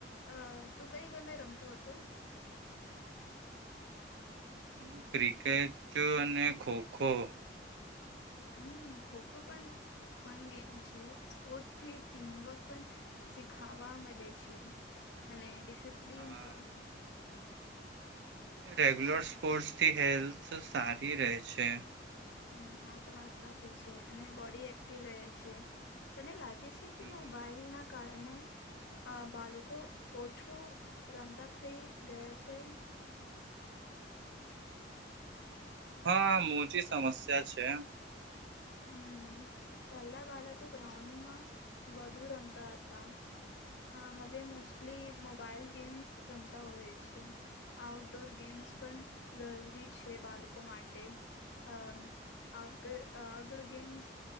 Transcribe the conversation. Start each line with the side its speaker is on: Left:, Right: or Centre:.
Left: અ તું કઈ ગમે રમતો હતો?
Right: હું ક્રિકેટ અને ખોખો.
Left: હમ્મ, ખોખો પણ ફન ગેમ છે. સ્પોર્ટથી ટીમવર્ક પણ શીખાવા મલે છે અને ડી સિપ્લીન
Right: હા
Left: પણ.
Right: રેગ્યુલર સ્પોર્ટસથી હેલ્થ સારી રહે છે.
Left: હમ્મ, આ તો વાત સાચી છે અને બોડી એક્ટિવ રહે છે. તને લા ગે છે
Right: હમ,
Left: કે, મોબાઈલના કારણે અ બાલકો ઓછું રમતા થઈ ગયા છે.
Right: હા, આ મોટી સમસ્યા છે.
Left: હમ્મ, પેલા બાલકો ગ્રાઉન્ડમાં વધુ રમતા હતા. હા હવે મોસ્ટલી મોબાઈલ ગેમ્સ રમતા હોય છે. આઉટડોર ગેમ્સ પણ જરૂરી છે બાલકો માટે. અ આઉટકર અ આઉટડોર ગેમ્સ